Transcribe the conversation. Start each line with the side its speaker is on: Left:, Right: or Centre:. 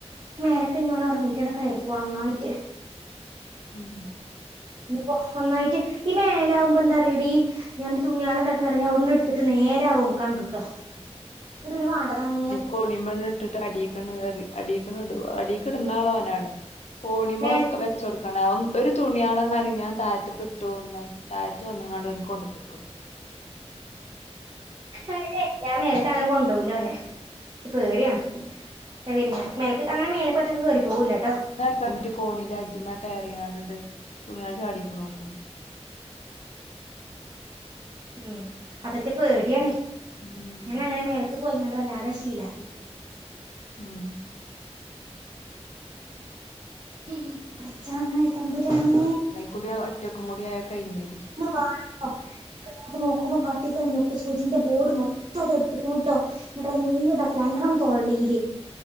Right: മേലെക്കിനി ഓൻ ഒറങ്ങിട്ടാണ് കെയറിപ്പോണം നന്നായിട്ട്
Left: ഉം
Right: ഇനിപ്പോ ഒന്നായിട്ട് ഈ മേലാവുംമ്പോ എന്താറിയോടി ഞാനെന്റെ തുണിയാള് എന്താക്കൂന്നറിഞ അവിടുന്നെടുത്തിട്ട് നേരെ ആ റൂമിക്കാങ് ഇടൂട്ടോ ഇവിടെ ഒരു വാഡതങ്ങനെ
Left: കോണിമണ്ണിട്ടിട്ട് അടീക്കങ് കേറി അടീക്കണ ഇടുവ അടീ കിട്ന്നാളോനാണ് കോണിമാ
Right: മേ
Left: വെച്ച് കൊടുക്കണ ഒരു തുണിയാളെങ്ങാനും ഞാൻ താഴ്ത്തി കിട്ടുവോന്ന് താഴ്ത്ത് വന്ന്ങ്ങാണ്ട് ഓന്ക്ക് കൊടുക്കും
Right: അയിനെ ഞാൻ മേലക്കങ്ങനെ കൊണ്ടുപോവൂല അവന് എനിച് പേടിയാണ് അ പിന്നെ മേലക്ക് അങ്ങനെ മേലക്കൊറ്റെക്ക് കേറി പോവൂല്ലാട്ടോ
Left: കിറ്റ് കോണിന്റെ അജ്മ കേറീങ്ങാണ്ടിണ്ട് തുണിയാൾ ചാടീക്കണ നോക്കു
Right: ഉം അതൊക്കെ പേടിയാണേ
Left: ഉം
Right: ഞാൻ അങ്ങനെ മേലേക്ക് പോയിങ്ങണ്ട് വല്ലാതെ ശീലാക്കി
Left: ഉം
Right: ഹും പടച്ചോനായ തംമ്പുരാനെ
Left: കുടിയ ഒറ്റക്കും കുടി ആയ കഴിഞ്ഞില്ലേ
Right: ഇങ്ങു ബാണുണ്ടോ നോക്കുമ്പോ കാട്ടികണ് മൊട്ടു സൂചീന്റെ ബോർഡ് മൊത്തം അത് എടുത്ത്ക്കണ് ട്ടോ എന്നിട്ട് അത് മുഴുവൻ ഇതാ രണ്ടെണ്ണം തൊള്ളേല്